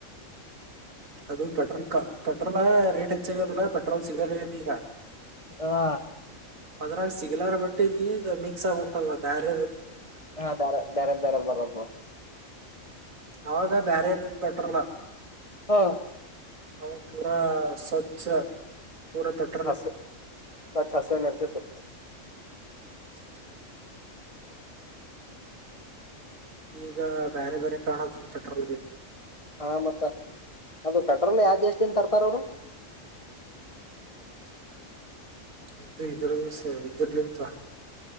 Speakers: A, on the right; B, on the left.
A: ಅದು <unintelligible> ಪಟ್ರೋಲಾ ರೇಟ್ ಹೆಚ್ಚಾಗದಿಲ್ಲೆಟ್ರೋಲ್ ಸಿಗ್ದ ಈಾ
B: ಹಾ
A: ಅದ್ರಾಗ ಸಿಗಲಾರ ಬಟ್ಟಿಗೆ ಮಿಕ್ಸ್ ಆಗ ಉಂಟದ ಬ್ಯಾರ
B: ಹಾ ಬೇ ಬೇರೆ ಬೇರೆ ಬರೋದು
A: ಅವಾಗ ಬೇರೆ ಇರ್ತ ಪಟ್ರಲ್ಲ
B: ಹಾ
A: ಹದು ಪೂರಾ ಸ್ವಚ್ಛ ಪೂರ ತಟ್ಟ
B: ಹಸ ಸ ಹಸ ನ ಇರ್ತಿತ್ತು
A: ಹ್ಮ ಈಗ ಬೇರೆ ಬೇರೆ ಕಾರಣದ ಪೆಟ್ರೋಲ್ ಬಿ
B: ಹಾ ಮತ್ತ ಅದು ತಟ್ರನ ಯಾವ ದೇಸ್ಿಂದ ತರ್ತಾರ ಅವ್ರು
A: ಇ್ದದು ಇದ್ರ ಸ ಇದ್ರಲಿಂತ